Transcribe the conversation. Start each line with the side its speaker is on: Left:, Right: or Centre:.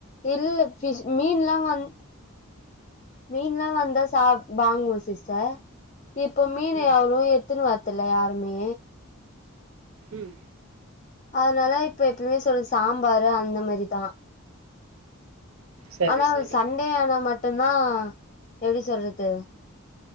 Left: இல்ல மீன்ல்லா வந் மீன்ல்லா வந்தா சாப் வாங்குவோ சிஸ்டர் இப்போ மீன்
Right: ம்
Left: <unintelligible> த்துன் வரதுல யாருமே
Right: உம்
Left: அதனால இப்ப எப்பயுமே சொல்ற சாம்பாரு அந்த மாரிதா
Right: சரி
Left: ஆனா
Right: சரி
Left: சண்டே ஆனா மட் மட்டு்தா எப்டி சொல்றது